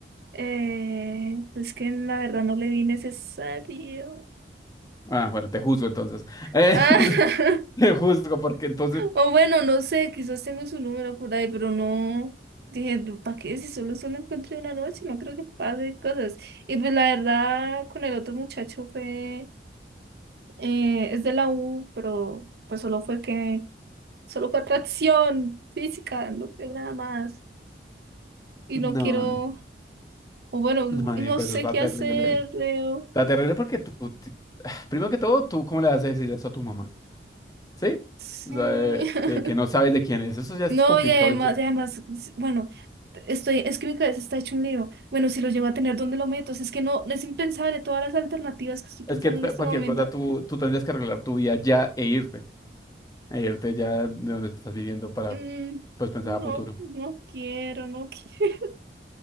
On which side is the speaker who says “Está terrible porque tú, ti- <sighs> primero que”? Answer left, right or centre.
Left